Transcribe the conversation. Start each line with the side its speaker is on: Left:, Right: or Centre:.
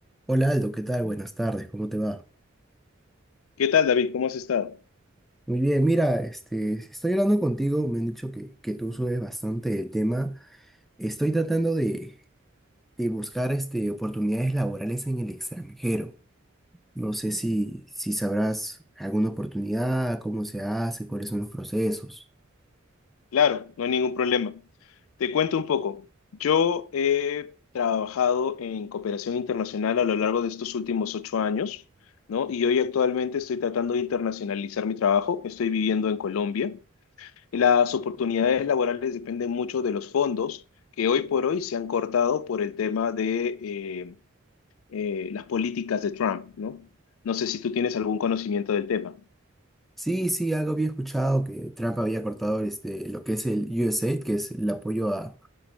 Centre: Hola Aldo, ¿qué tal? Buenas tardes, ¿cómo te va?
Left: ¿Qué tal, David? ¿Cómo has estado?
Centre: Muy bien, mira, este, estoy hablando contigo, me han dicho que, que tú sabes bastante el tema. Estoy tratando de, de buscar este, oportunidades laborales en el extranjero. No sé si, si sabrás alguna oportunidad, cómo se hace, cuáles son los procesos.
Left: Claro, no hay ningún problema. Te cuento un poco. Yo he trabajado en cooperación internacional a lo largo de estos últimos ocho años, ¿no? Y hoy actualmente estoy tratando de internacionalizar mi trabajo. Estoy viviendo en Colombia. Y las oportunidades laborales dependen mucho de los fondos que hoy por hoy se han cortado por el tema de eh, eh, las políticas de Trump, ¿no? No sé si tú tienes algún conocimiento del tema.
Centre: Sí, sí, algo había escuchado que Trump había cortado este, lo que es el USAID, que es el apoyo a,